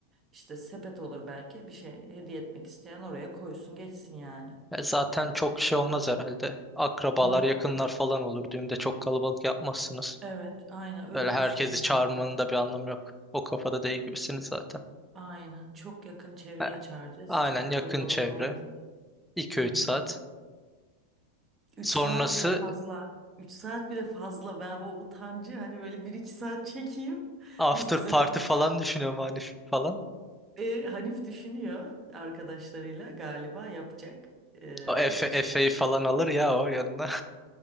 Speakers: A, on the right; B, in the centre.
A: İşte sepet olur belki bir şey hediye etmek isteyen oraya koysun geçsin yani.
B: E, zaten çok şey olmaz herhalde. Akrabalar
A: Hı.
B: yakınlar falan olur düğünde çok kalabalık yapmazsınız.
A: Evet, aynen öyle
B: Böyle herkesi
A: düşünüyoruz
B: çağırmanın
A: hakikaten.
B: da bir anlamı yok. O kafada değil gibisiniz zaten.
A: Aynen. Çok yakın çevreyi
B: He,
A: çağıracağız.
B: aynen
A: Çok kalabalık
B: yakın çevre
A: olmaz.
B: 2
A: Hı
B: üç
A: hı.
B: saat.
A: Üç
B: Sonrası
A: saat bile fazla. Üç saat bile fazla. Ben o utancı hani böyle bir iki saat çekeyim <laughs>
B: after
A: bitsin.
B: party falan düşünüyorum Hanif falan.
A: E, Hanif düşünüyor arkadaşlarıyla galiba yapacak. E,
B: O Efe, Efe'yi
A: şey,
B: falan alır ya o yanına.